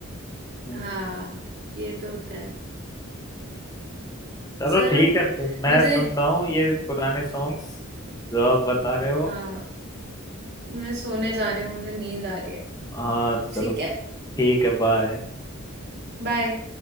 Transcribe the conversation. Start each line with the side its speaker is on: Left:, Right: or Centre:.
Left: हाँ
Right: हाँ ये तो होता है
Left: हाँ। चलो
Right: चलो
Left: ठीक है फिर मैं
Right: मुझे
Left: सुनता हूँ ये पुराने सॉन्ग्स जो आप बता रहे हो
Right: हाँ मैं सोने जा रही हूँ मुझे नींद आ रही है
Left: हाँ चलो
Right: ठीक है
Left: ठीक है बाय
Right: बाय